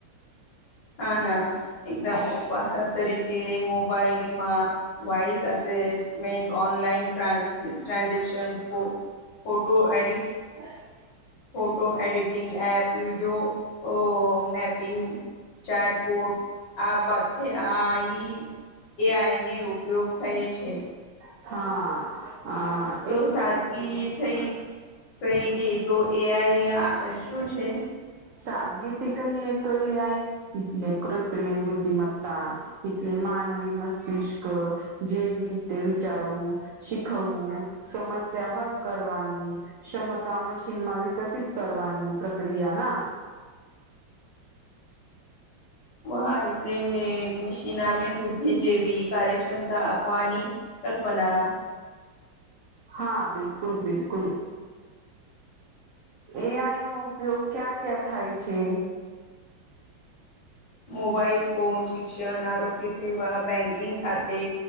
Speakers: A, on the left; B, on the right.
A: ના ના એકદમ ઉપહાર તરીકે મોબાઈલમાં વસમેન્ટ online trans transaction photo edit
B: હ
A: photo editing app video mapping chat board આ બધે આ એ આઈને ઉપયોગ થઈ છે.
B: હા હ
A: તો સાદગી થઈ કઈ ગઈ તો એ આ શું છે
B: સાદગીથી કહી એતોય આઈ તથલે કૃત્રિમ બુદ્ધિમત્તા એટલે માનવી મસ્તિષ્ક જેવી રીતે વિચારવું શીખવવું, સમસ્યા હલ કરવાની, ક્ષમતા મશીનમાં વિ કસિત કરવાની પ્રક્રિયાના
A: વાહા એટલે મશીનામે બુદ્ધિ જેવી કાર્યક્ષમતા આપવાની. કલ્પના
B: હા, બિલકુલ. બિલકુલ. એ આઈનો ઉપયોગ ક્યાં ક્યાં થાય છે?
A: મોબાઈલ ફોન, શિક્ષણ, આરોગ્ય-સેવા, બ બેંકિંગ ખાતે,